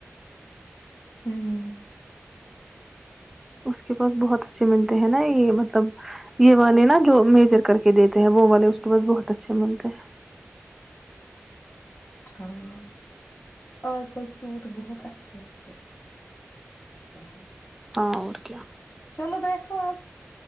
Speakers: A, on the left; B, in the centre.
A: <inaudible>
B: اس کے پاس بہت اچھے ملتے ہیں نا یہ مطلب یہ والے نا جو میجر کر کے دیتے ہیں وہ والے اس کے پاس بہت اچھے ملتے ہیں <unintelligible>
A: ہاں آج کل سوٹ بہت اچھے اچھے آئے
B: <inaudible>
A: چلو بیٹھو اب